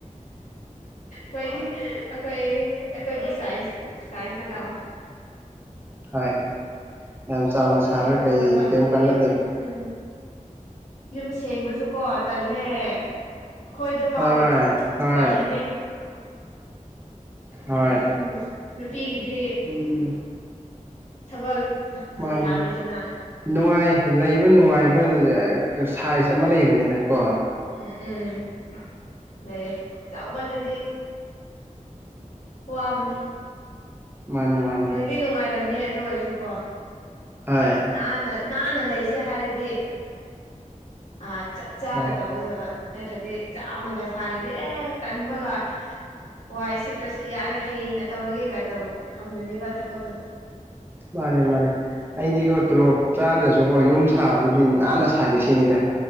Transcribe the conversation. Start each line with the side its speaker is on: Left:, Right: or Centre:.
Left: ꯍꯣꯏ ꯑꯩ ꯑꯩꯈꯣꯏ ꯑꯩꯈꯣꯏꯒꯤꯥ ꯁꯥꯏꯖꯇ ꯁꯥꯢꯖꯇ ꯇꯧꯑꯣ
Right: ꯍꯣꯏ ꯌꯥꯝ ꯆꯥꯎꯅ
Left: ꯃꯁꯤ
Right: ꯁꯥꯔꯒ
Left: ꯀꯩꯅꯣ ꯇꯧꯋꯦꯕ
Right: ꯀꯩ ꯀꯩꯝ ꯀꯥꯟꯅꯗꯦꯕ
Left: ꯌꯨꯝ ꯎꯝ ꯌꯨꯝ ꯁꯦꯡꯕꯁ ꯁꯨ ꯀꯣ ꯇꯜꯂꯦ ꯑꯩꯈꯣꯏꯗ ꯐꯥꯎ
Right: ꯍꯣꯏ ꯍꯣꯏ
Left: ꯇꯜꯂꯤꯅꯦ
Right: ꯍꯣꯏ
Left: ꯌꯨꯝ ꯅꯨꯄꯤꯒꯤꯗꯤ
Right: ꯎꯝ
Left: ꯊꯕꯛ
Right: ꯃꯅꯦ
Left: ꯌꯥꯝꯃꯦꯗꯅ
Right: ꯅꯨꯡꯉꯥꯏ ꯂꯩ ꯅꯨꯡꯉꯥꯏꯕ ꯁꯥꯏꯖ ꯑꯃ ꯂꯩꯕꯅꯤꯗ ꯀꯣ
Left: ꯎꯝ ꯎꯝ ꯂꯩꯌꯦ ꯆꯥꯎ ꯃꯜꯂꯗꯤ ꯋꯥꯕꯅꯤ
Right: ꯃꯥꯅꯦ ꯃꯥꯅꯦ
Left: ꯅꯨꯡꯗꯤ ꯅꯨꯡꯉꯥꯏꯔꯝꯅꯤ ꯑꯗꯨ ꯑꯣꯏꯔꯁꯨꯀꯣ
Right: ꯍꯣꯏ
Left: ꯅꯥꯟꯅ ꯅꯥꯟꯅ ꯂꯩꯁꯦ ꯍꯥꯏꯔꯗꯤ ꯑꯥ ꯆꯞ ꯆꯥꯅ
Right: ꯍꯣꯏ
Left: ꯇꯧꯒꯗꯕ ꯅꯠꯇ꯭ꯔꯗꯤ ꯆꯥꯎꯅꯒ ꯁꯥꯔꯗꯤ ꯑꯦ ꯇꯟꯕꯒ ꯋꯥꯏ ꯁꯤꯠꯇ꯭ꯔꯁꯨ ꯌꯥꯔꯦ ꯍꯌꯦꯡꯅ ꯇꯧꯔꯒꯦꯒ ꯊꯝꯒꯅꯦꯕ ꯊꯕꯛꯇꯣ
Right: ꯃꯥꯅꯦ ꯃꯥꯅꯦ ꯑꯩꯗꯤꯀꯣ ꯇꯣꯂꯣꯞ ꯆꯥꯗ꯭ꯔꯁꯨꯀꯣ ꯌꯨꯝ ꯁꯥꯕꯗꯗꯤ ꯅꯥꯟꯅ ꯁꯥꯒꯦꯁ ꯁꯤꯅꯤꯗ